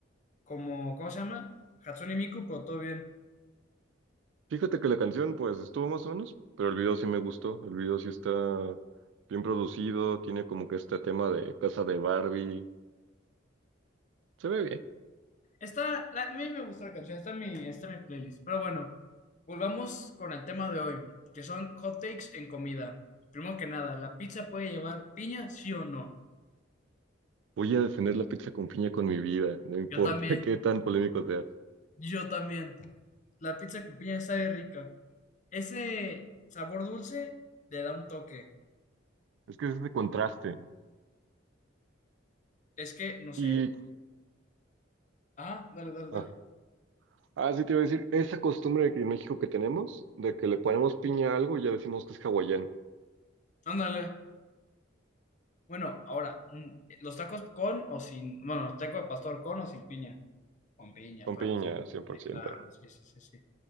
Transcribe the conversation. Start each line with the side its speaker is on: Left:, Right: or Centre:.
Left: como, ¿cómo se llama? Hatsune Miku, pero todo bien.
Right: Fíjate que la canción, pues, estuvo más o menos, pero el video sí me gustó. El video sí está bien producido, tiene como que este tema de casa de Barbie. Se ve bien.
Left: Está, la- a mí me gusta la canción, está en mi, está en mi playlist. Pero bueno, volvamos con el tema de hoy, que son hot takes en comida. Primero que nada, ¿la pizza puede llevar piña, sí o no?
Right: Voy a defender la pizza con piña con mi vida, no importa
Left: Yo también,
Right: <laughs> qué tan polémico sea.
Left: yo también. La pizza con piña sabe rica. Ese sabor dulce le da un toque.
Right: Es que es ese contraste.
Left: Es que, no sé.
Right: Y,
Left: Ah, dale, dale,
Right: ah,
Left: dale.
Right: ah, sí te iba a decir, esa costumbre de que en México que tenemos, de que le ponemos piña a algo y ya decimos que es hawaiano.
Left: Ándale. Bueno, ahora, mm, los tacos con o sin, bueno, los tacos de pastor con o sin piña. Con piña,
Right: Con
Left: paps.
Right: piña, 100%.
Left: Sí, claro, sí, sí, sí, sí.